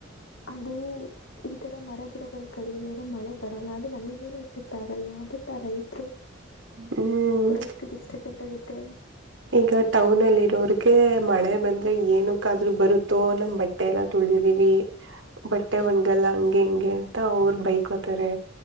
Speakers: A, on the left; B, on the right.
A: ಅದು ಈ ತರ ಮರ ಗಿಡಗಳು ಕಡಿಯದ್ರ ಮಳೆ ಬರಲ್ಲ ಅದು ನಮಗೇನು ಎಫೆಕ್ಟ್ ಆಗ ಬಟ್ ಆ ರೈತರು
B: ಹ್ಮ್
A: ರೈತ್ಗೆ ಎಷ್ಟ ಎಫೆಕ್ಟ್ ಆಗುತ್ತೆ.
B: ಈಗ ಟೌನ್ ಅಲ್ಲಿ ಇರೋರ್ಗೆ ಮಳೆ ಬಂದ್ರೆ ಏನಕ್ಕಾದ್ರೂ ಬರುತ್ತೋ ನಮ ಬಟ್ಟೆ ಎಲ್ಲ ತುಳ್ ಬಂದಿವಿ ಬಟ್ಟೆ ಒಣ್ಗಲ್ಲ ಹಂಗೆ ಇಂಗೆ ಅಂತ ಅವ್ರ ಬೈಕೋತಾರೆ.